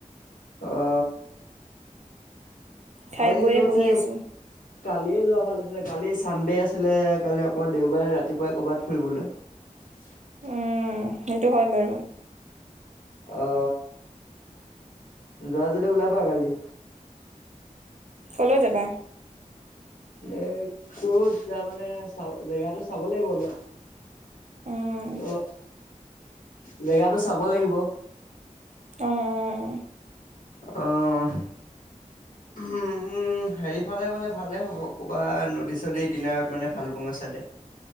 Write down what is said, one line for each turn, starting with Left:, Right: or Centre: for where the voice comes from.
Left: অ
Right: খাই
Left: আজি
Right: বৈয়ে
Left: যত
Right: বহি
Left: ছে
Right: আছো
Left: কালিয়ে যোৱা ভাল আছিলে কালি চানডে আছিলে কালি আক দেওবাৰে ৰাতিপুৱাই ক'ৰবাত ফুৰিবলৈ <unintelligible>
Right: উম সেইটো হয় বাৰু
Left: অ যোৱা যদি ওলাবা কালি
Right: কলৈ যাবা
Left: এ কত যাম মানে চাব জেগাটো চাব লাগিব অলপ
Right: উম
Left: অ জেগাটো চাব লাগিব
Right: অ অ
Left: অহ ঊম উম হেৰিফালে গ'লে ভালেই হ'ব ক'ৰবাত নদী চদীৰ কিনাৰত মানে ভালোকপুঙা চাইডে